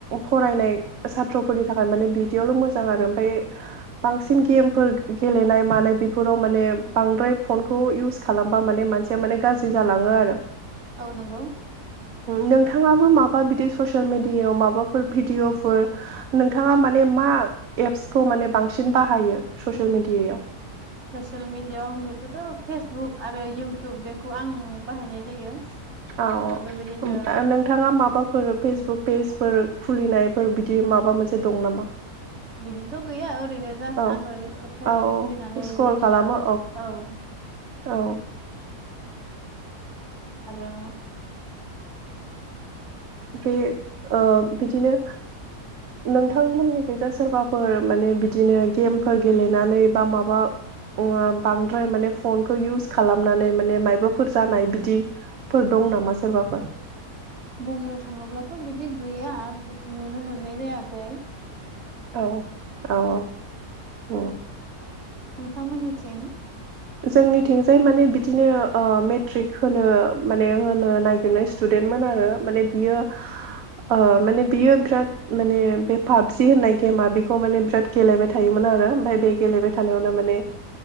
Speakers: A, on the right; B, on the right.
A: फरायनाय साथ्र'फोरनि थाखाय माने बिदियावल' मोजां आरो ओमफ्राय
B: <unintelligible>
A: बांसिन गेमफोर गेलेनाय मानाय बेफोराव माने बांद्राय फनखौ इउस खालामबा माने मानसिया माने गाज्रि जालाङो आरो।
B: औ नंगौ।
A: नोंथाङाबो माबा बिदि ससियेल मिडियाआव माबाफोर भिडिअफोर नोंथाङा माने मा एप्सखौ माने बांसिन बाहायो ससियेल मिडियाआव
B: ससियेल मिडियाआव आं बेखौथ' फेसबुक। आरो इउटुब बेखौ आं बाहायनाय जायो।
A: औ
B: ओ बेबायदिनो
A: औ नोंथाङा माबाफोर फेसबुक पेजफोर खुलिनायफोर बिदि माबा मोनसे दं नामा?
B: बिदिथ' गैया ओरैनो जास्ट
A: औ
B: आङो फेसबुक
A: औ
B: खुलिनानै
A: स्क्रल
B: बेबायदिनो
A: खालामो
B: औ। <inaudible>
A: औ
B: आरो
A: बे ओ बिदिनो नोंथांमोननिखैजा सोरबाफोर माने बिदिनो गेमफोर गेलेनानै बा माबा बांद्राय माने फनखौ इउस खालामनानै माने मायबाफोर जानाय बिदिफोर दं नामा सोरबाफोर?
B: बुंनो थाङोब्लाथ' बिदि गैया नुनो मोननाय जायाखै।
A: औ औ औ औ।
B: नोंथांमोननिथिं?
A: जोंनिथिंजाय माने बिदिनो ओ मेट्रिक होनो माने होनो नागिरनाय स्टुडेन्ट मोन आरो माने बियो ओ माने बियो बिराद माने बे पाबजि होननाय गेमा बेखौ माने बिराद गेलेबाय थायोमोन आ रो ओमफ्राय बे गेलेबाय थानायावनो माने